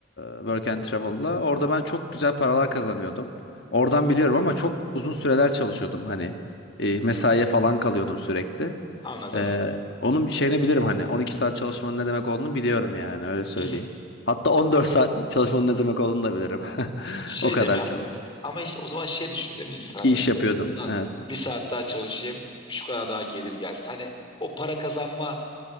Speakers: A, on the left; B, on the left.
A: Work and Travel'la. Orada ben çok güzel paralar kazanıyordum. Oradan biliyorum ama çok uzun süreler çalışıyordum hani. E, mesaiye falan kalıyordum sürekli.
B: anladım.
A: Ee, onun şeyini bilirim hani 12 saat çalışmanın ne demek olduğunu biliyorum yani öyle söyleyeyim.
B: Hı hı.
A: Hatta 14 saat çalışmanın ne demek olduğunu da bilirim. <laughs>
B: Şey
A: O kadar
B: deme
A: çalıştım
B: ama işte o zaman şey düşün değil mi insan
A: İki
B: hani
A: iş yapıyordum
B: lan
A: evet.
B: bir saat daha çalışayım şu kadar daha gelir gelsin. Hani o para kazanma